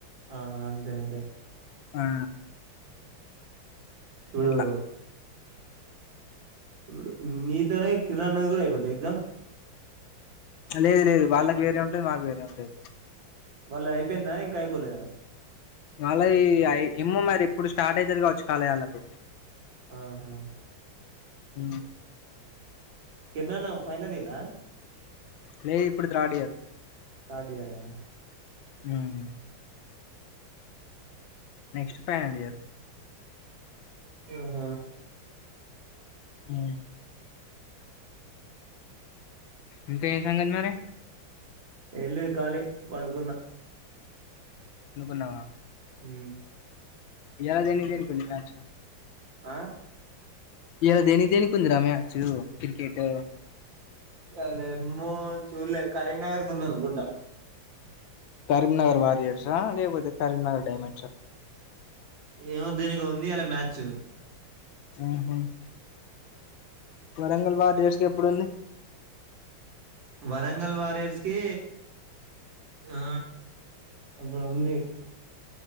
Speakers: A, on the right; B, on the left.
A: ఆ అంతే అంతే
B: ఆ
A: చూడు
B: అట్లా
A: ఇప్పుడు నీతోనే కిరన్ నది కూడా అయిపోతా ఎగ్జామ్?
B: లేదు లేదు వాళ్ళకి వేరే ఉంటది. మాకు వేరే ఉంటది.
A: వాళ్ళ అయిపోయిందా, ఇంకా అయిపోలేదా?
B: అలై ఐ ఇమ్మో మరి ఇప్పుడు స్టార్ట్ అయితది కావచ్చు కళయళ్ళకు
A: ఆహా
B: హ
A: కిరణన్న ఫైనలియరా
B: లేదు ఇప్పుడు థర్డ్ ఇయర్
A: థర్డ్ఇయరా
B: మ్ నెక్స్ట్ ఫైనల్ ఇయరు
A: మ్ హ
B: మ్ ఇంకా ఎం సంగతి మరి
A: ఏంలేదు కాళీయే పండుకున్న
B: పండుకున్నావా
A: మ్
B: ఇయాల దేనికై దేనికి వుంది మ్యాచ్
A: ఆ
B: ఇయాల దేనికి దేనికి ఉందిరా మ్యాచ్చు క్రికెటు
A: అ లేమ్మో చూళ్లే కరీంనగర్కి ఉందనుకుంట
B: కరీంనగర్ వారయర్స్ ఆ లేపోతే కరీంనగర్ డైమండ్స్ ఆ
A: ఏమో దేనికో ఉంది ఇయాల మ్యాచ్
B: ఆహ వరంగల్ వారియర్స్కి ఎప్పుడుంది
A: వరంగల్ వారయర్స్కి ఆ ఏప్పుడో ఉంది